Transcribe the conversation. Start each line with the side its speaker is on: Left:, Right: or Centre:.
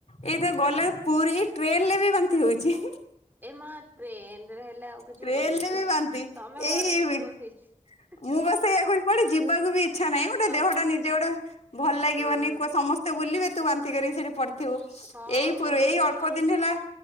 Left: ଏଇ ତ ଗଲେ ପୁରୀ ଟ୍ରେନ୍ ରେ ବି ବାନ୍ତି ହଉଛି।
Right: ଏ ମା ଟ୍ରେନ୍ ରେ ହେଲେ ଆଉ କିଛି
Left: ଟ୍ରେନ
Right: କରିହବନି
Left: ରେ ବି ବାନ୍ତି
Right: ତମେ ଘରେ
Left: ଏଇ
Right: ହି ରୁହ ସେଇଠି।
Left: ମୁଁ ବା ସେହାୟକୁ କୁଆଡେ ଯିବାକୁ ବି ଇଚ୍ଛା ନାହିଁ ଗୋଟେ
Right: ତମେ
Left: ଦେହଟା ନିଜେ ଗୋଟେ ଭଲ ଲାଗିବନି
Right: ହୁଁ
Left: କୁ ସମସ୍ତେ। ସମସ୍ତେ ବୁଲିବେ ତୁ ବାନ୍ତି କରିକି ସେଠି ପଡିିଥିବୁ
Right: ହଁ
Left: ଏଇ
Right: ମୁଣ୍ଡ
Left: ପ ଏଇ
Right: ବୁଲେଇକି
Left: ଅଳ୍ପ
Right: ତ
Left: ଦିନ ହେଲା।